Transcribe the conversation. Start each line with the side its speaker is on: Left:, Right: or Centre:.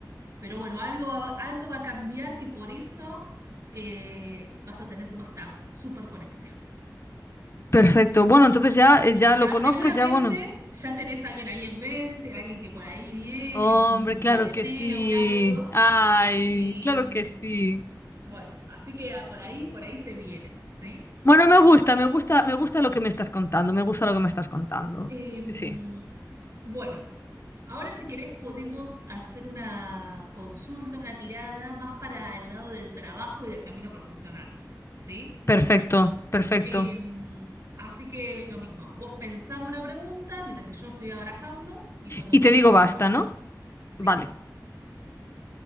Right: Pero bueno, algo va, algo va a cambiar que por eso eh, vas a tener como esta super conexión.
Left: Perfecto. Bueno, entonces ya, eh, ya
Right: Ya,
Left: lo conozco,
Right: seguramente
Left: ya bueno.
Right: ya tenés a alguien ahí en mente, alguien que por ahí viene,
Left: Hombre,
Right: en un jugueteo,
Left: claro que sí.
Right: un algo.
Left: Ay,
Right: Y
Left: claro
Right: mm,
Left: que sí.
Right: bueno, así que ah, por ahí, por ahí se viene, ¿sí?
Left: Bueno, me gusta, me gusta, me gusta lo que me estás contando, me gusta lo que me estás contando.
Right: Em,
Left: Sí, sí.
Right: bueno. Ahora, si querés, podemos hacer una consulta, una tirada más para el lado del trabajo y del camino profesional, ¿sí?
Left: Perfecto, perfecto.
Right: Em, así que lo mismo, vos pensame una pregunta mientras que yo estoy abarajando y cuando
Left: Y
Right: quieras
Left: te digo
Right: me decís
Left: basta,
Right: basta.
Left: ¿no?
Right: Sí,
Left: Vale,